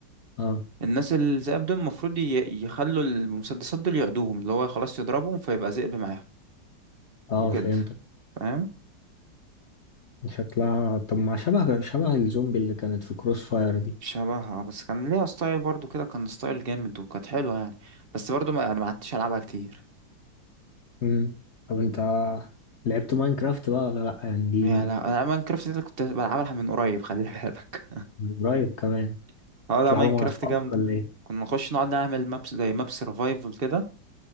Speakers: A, on the left (about 60°); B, on the right (about 45°).
A: أه
B: الناس الذئاب دول المفروض ي- يخلوا المسدسات دول يعدوهم اللي هو خلاص يضربهم فيبقى ذئب معاهم
A: أه
B: وكده
A: فهمتك
B: فاهم
A: شكلها طب ما شبه شبه الزومبي اللي كانت في كروس فاير دي
B: شبهها آه، بس كان ليها ستايل برضو كده كان ستايل جامد وكانت حلوة يعني بس برضو ما انا ما عدتش العبها كتير
A: مم. طب أنت لعبت ماينكرافت بقى ولا لأ يعني دي
B: يا لا انا ماينكرافت دي اللي كنت بلعبها من قريب خلي بالك
A: من قريب كمان
B: <laughs> اه لا
A: تلعبها
B: ماينكرافت
A: مع أصحابك
B: جامدة
A: ولا إيه؟
B: كنا نخش نقعد نعمل مابس زي ماب سرفايفل كده